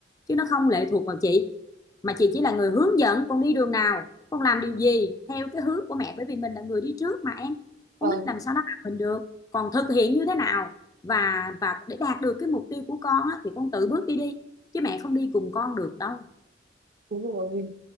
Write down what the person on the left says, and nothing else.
chứ nó không lệ thuộc vào chị mà chị chỉ là người hướng dẫn con đi đường nào con làm điều gì theo cái hướng của mẹ bởi vì mình là người đi trước mà em
con nít làm sao nó học mình được còn thực hiện như thế nào và và để đạt được cái mục tiêu của con á, thì con tự bước đi đi chứ mẹ không đi cùng con được đâu